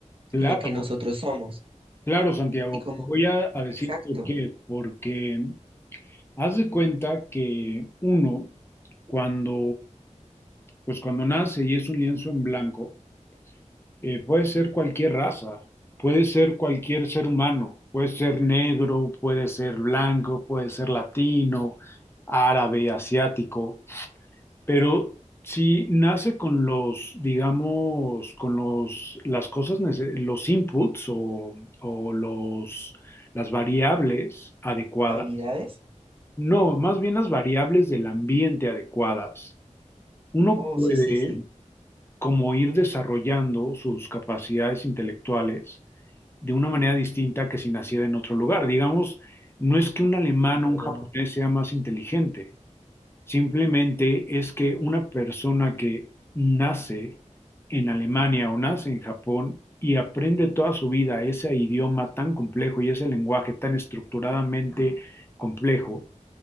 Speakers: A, on the left; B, on the right.
A: Claro,
B: lo que nosotros somos
A: claro, Santiago.
B: y como,
A: Voy a, a decir
B: exacto,
A: por qué. Porque haz de cuenta que uno, cuando, pues cuando nace y es un lienzo en blanco, Eh, puede ser cualquier raza, puede ser cualquier ser humano, puede ser negro, puede ser blanco, puede ser latino, árabe, asiático, pero si nace con los, digamos, con los, las cosas, nece- los inputs o, o los, las variables adecuadas,
B: habilidades.
A: no, más bien
B: como
A: las variables del ambiente adecuadas, uno
B: Oh,
A: puede
B: sí, sí, sí,
A: como ir desarrollando sus capacidades intelectuales de una manera distinta que si naciera en otro lugar. Digamos, no es que un alemán
B: es
A: o un
B: verdad.
A: japonés sea más inteligente, simplemente es que una persona que nace en Alemania o nace en Japón y aprende
B: Sí.
A: toda su vida ese idioma tan complejo y ese lenguaje tan estructuradamente complejo,